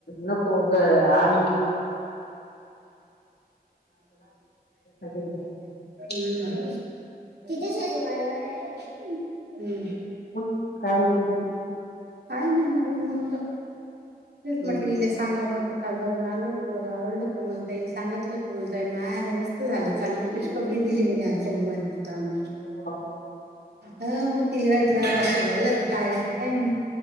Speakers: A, on the left (about 80°); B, on the right (about 80°).
A: नको उग आन <unintelligible>
B: हम्म तिथेच आहे तो गाडी भाडा, हम्म.
A: मगं काय म्हणता तुम्ही?
B: काय नि बाकी मंग त तेच
A: अजून
B: म्हटलं इले सांगाव म्हटलं काल जाऊन आलो पोरगा आवडलं कोमल ताईल सांगतलं. बोलताई माय आलं मस्त झालं चांगली खु शखबरी दिली म्हणे आज सोमवारी. ते ता आम्ही
A: हो
B: हर ती वाटला असं झालं तर कायच काय नाही